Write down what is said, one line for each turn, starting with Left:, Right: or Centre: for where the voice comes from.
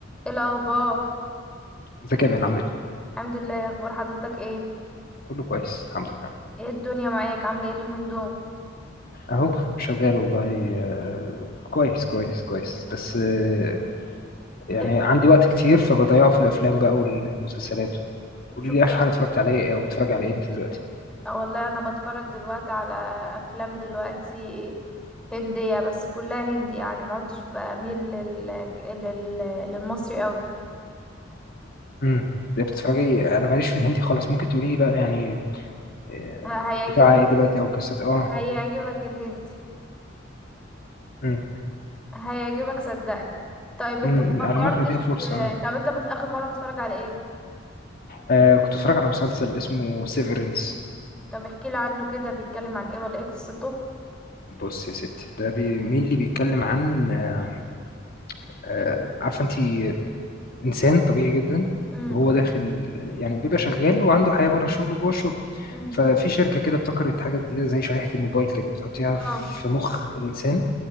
Centre: ايه الاخبار
Left: ازيك يا مان عامل ايه؟
Centre: الحمد لله يا اخبار حضرتك ايه
Left: كله كويس الحمد لله
Centre: ايه الدنيا معاك عامله ايه اليومين دول
Left: اهو شغال والله آه، كويس كويس كويس بس آه، يعني
Centre: ايه المس...
Left: عندي وقت كتير فبضيعه في الافلام بقى والمسلسلات و- قولي
Centre: شفت
Left: لي اخر
Centre: ايه
Left: حاجه اتفرجت عليها ايه او بتتفرج على ايه انت دلوقتي
Centre: اه والله انا بتفرج دلوقتي على افلام دلوقتي هنديه بس كلها هندي يعني ما عدتش بميل لل... لل... للمصري قوي
Left: امم ليه بتتفرجي انا ماليش في الهندي خالص ممكن تقولي لي بقى يعني آه،
Centre: ه- هيعجب
Left: بتاع ايه دلوقتي او قصه اه
Centre: هيعجبك الهندي
Left: امم
Centre: هيعجبك صدقني طيب انت
Left: امم
Centre: ما
Left: انا
Centre: فكرتش
Left: ممكن اديله فرصه
Centre: آه،
Left: آه.
Centre: طب انت بت... اخر مره متفرج على ايه
Left: آه، كنت اتفرج على مسلسل اسمه سيفرنس
Centre: طب احكي لي عنه كده بيتكلم عن ايه ولا ايه قصته
Left: بص يا ستي ده بي... مين اللي بيتكلم عن آه، آه، عارفه انت انسان طبيعي جدا
Centre: امم
Left: وهو داخل يعني بيبقى شغال وعنده حياه بره الشغل وجوه الشغل
Centre: امم
Left: ففي شركه كده ابتكرت حاجه جديده زي شريحه الموبايل كده بتحطيها
Centre: اه
Left: في مخ الانسان